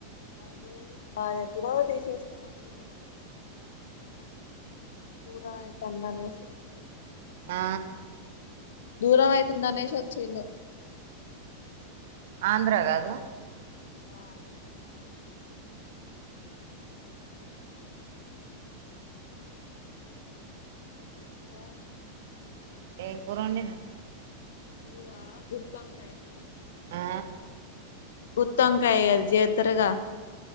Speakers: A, on the left (about 60°); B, on the right (about 55°).
A: అది లేదు అది ఎప్పుడో తీసేసుకుని వచ్చిండు గా దూరం అయితంది అనేసి వచ్చిండు
B: ఆ
A: దూరమతుందనేసి వచ్చిలు
B: ఆంధ్ర కాదు
A: ఆ ఆంధ్రా దా
B: ఏం కూర వండినవ్
A: కూర గుత్తి వంకాయ కూర
B: ఆ
A: గుత్తింకయ అద్ జేతరగా